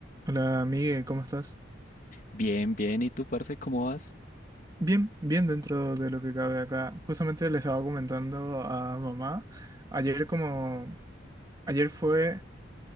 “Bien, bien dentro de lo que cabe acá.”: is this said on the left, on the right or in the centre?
Right